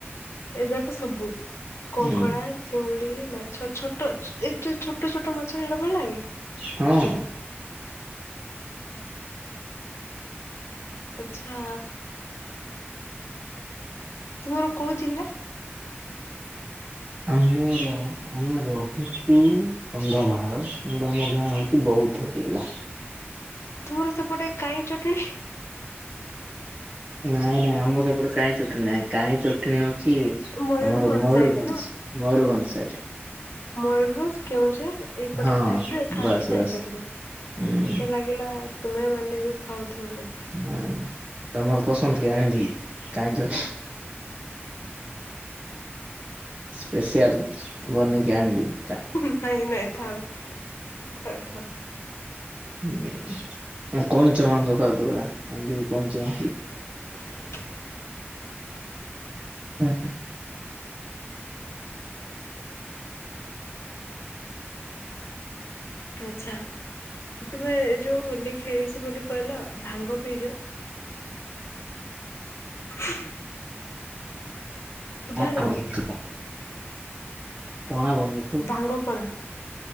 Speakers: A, on the left; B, on the right.
A: ଏ ଯାକ ସବୁ କଙ୍କଡା,
B: ହୁଁ
A: ଚିଙ୍ଗୁଡି, ମାଛ ଛୋ ତଚ୍ ଏଇ ଯୋଉ ଛୋଟ ଛୋଟ ମାଛ ହେଇଡା ଭଲ୍ ଲାଗେ?
B: ହଁ।
A: ଆଚ୍ଛା ତୁମର କଉ ଜିଲ୍ଲା?
B: ଆମର ଆମେ ରହୁଛୁ କନ୍ଧମାଳ କିନ୍ତୁ ଆମ ଗାଁ ହଉଛି ବୌଦ୍ଧ ଜିଲ୍ଲା।
A: ତୁମର ସେପଟେ କାଇଁ ଚଟଣି
B: ନାଇଁ ନାଇଁ ଆମ ସେପଟେ କାଇଁ ଚଟଣୀ ନାଇଁ କାଇଁ ଚଟଣୀ ହଉଚି
A: ମୟୂରଭଞ୍ଜ
B: ଆମର ମୟୂର୍ଭଞ୍ଜ୍
A: ସାଇଟ୍
B: ମୟୂର୍ଭଞ୍ଜ୍ ସାଇଡ୍
A: ମୟୂର୍ଭଞ୍ଜ୍, କେଉଁଝର୍ ଏଇପଟେ
B: ହଁ
A: ସାଇଡ୍ ରେ ଖାଆନ୍ତି
B: ବାସ୍
A: କାଇଁ
B: ବାସ୍।
A: ଚଟିଣୀ।
B: ହୁଁ
A: ମତେ ଲାଗିଲା ତୁମେ ମାନେ ବି ଖାଉଥିବ ବୋଧେ।
B: କଣ ହେଲା? ତମର୍ ପସନ୍ଦ୍ କି ଆନ୍ଧି ଙ୍କାଇଁଚ। ସ୍ପେଶିଆଲ୍ ବନେଇକି ଆଣ୍ଦେବି।
A: ଉଁହୁଁ ନାଇଁ ନାଇଁ ଥାଉ ଥାଉ ଥାଉ।
B: ନା ଙ୍କଇଁଚ ମାଉଁସ ପାଦ ଉରା ଆଣ୍ଦେବି ଙ୍କଇଁଚ <unintelligible>
A: <unintelligible>
B: <unintelligible>
A: ଆଚ୍ଛା। ତୁମେ ଯୋଉ ହୋଲି ଖେଳିଚି ବୋଲି କହିଲ ଭାଙ୍ଗ ପିଇଜ? <unintelligible> ଶୁଭା
B: ପଣା
A: ଯାଉନେଇ।
B: ବନେଇଥିଲୁ ପଣା ବନେଇ
A: ଭାଙ୍ଗପଣା।